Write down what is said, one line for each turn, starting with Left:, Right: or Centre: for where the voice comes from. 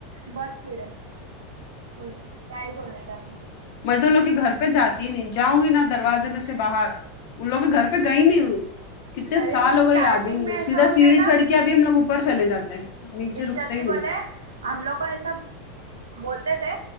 Right: بس چڑ ہے بول کیا ہی بولنا گا
Left: میں تو لوگ کے گھر پہ جاتی ہی نہیں جاؤں گی نا دروازے میں سے باہر ان لوگ گھر پہ گئی نہیں کتنے
Right: ارے
Left: سال
Right: اسٹارٹنگ
Left: ہو گئے یاد ہی نہیں
Right: میں ایسا
Left: سیدھا
Right: ہو
Left: سیڑھی
Right: گیا تھا
Left: چڑھ کے اب بھی ہم لوگ اوپر چلے جاتے ہیں نیچے
Right: عشرتی
Left: رکتے ہی نہیں
Right: بولے ہم لوگ کو ایسا بولتے تھے